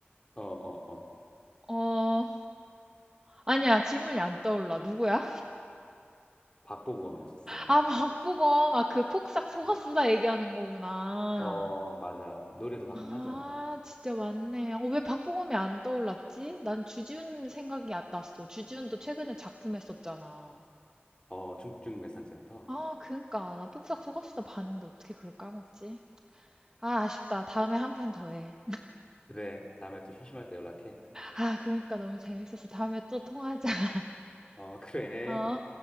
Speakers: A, on the left; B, on the right.
A: 어, 어, 어.
B: 어, 아니야, 질문이 안 떠올라. 누구야?
A: 박보검이었어.
B: 아, 박보검, 아, 그 폭삭 속았수다
A: 어,
B: 얘기하는 거구나.
A: 어, 맞아. 노래도 가끔 하잖아.
B: 아, 진짜 맞네. 어, 왜 박보검이 안 떠올랐지? 난 주지훈 생각이 안 났어. 주지훈도 최근에 작품 했었잖아.
A: 어, 중증외상센터.
B: 아, 그니까. 나 폭삭 속았수다 봤는데 어떻게 그걸 까먹지? 아, 아쉽다. 다음에 한 판 더 해.
A: 그래. 다음에 또 심심할 때 연락해.
B: 아, 그러니까 너무 재밌어서 다음에 또 통화하자. <laughs>
A: 어, <laughs> 그래.
B: 어?